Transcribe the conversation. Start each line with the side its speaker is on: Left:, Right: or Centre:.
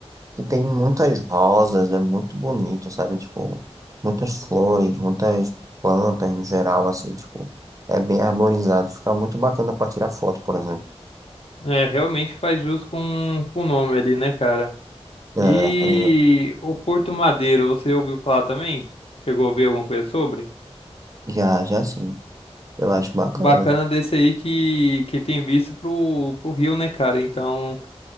Right: que tem muitas rosas, é muito bonito, sabe? Tipo, muitas flores, muitas plantas no geral, assim, tipo, é bem arborizado, fica muito bacana pra tirar foto, por exemplo.
Left: É, realmente faz jus com, com o nome ali, né, cara?
Right: É,
Left: E o Porto Madeiro, você ouviu falar também? Chegou a ouvir alguma coisa sobre?
Right: é, já, já sim, eu acho bacana.
Left: O Bacana desse aí que, que tem vista pro, pro rio, né, cara? Então